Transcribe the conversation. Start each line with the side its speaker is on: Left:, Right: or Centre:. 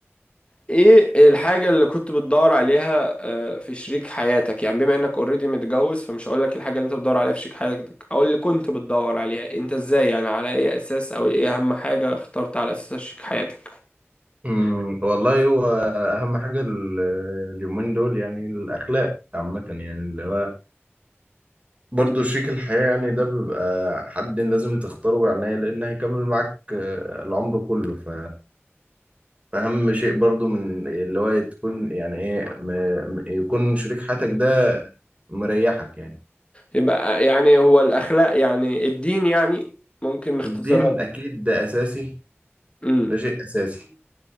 Left: ايه الحاجة اللي كنت بتدور عليها آه، في شريك حياتك؟ يعني بما انك اوريدي متجوز فمش هقولك الحاجة اللي انت بتدور عليها في شريك حياتك او اللي كنت بتدور عليها انت ازاي يعني على اي اساس او ايه اهم حاجة اخترت على اساسها شريك حياتك؟
Right: أمم، والله هو اهم حاجه ال- اليومين دول يعني الاخلاق عامه يعني اللي هو برضه شريك الحياه يعني ده بيبقى حد لازم تختاره بعناية لان هيكمل معاك آه، العمر كله ف- فاهم شيء برضه من اللي هو تكون يعني ايه م- م- يكون شريك حياتك ده مريحك يعني
Left: يبقى يعني هو الأخلاق يعني الدين يعني ممكن نختصرها
Right: الدين اكيد ده اساسي
Left: امم
Right: ده شيء اساسي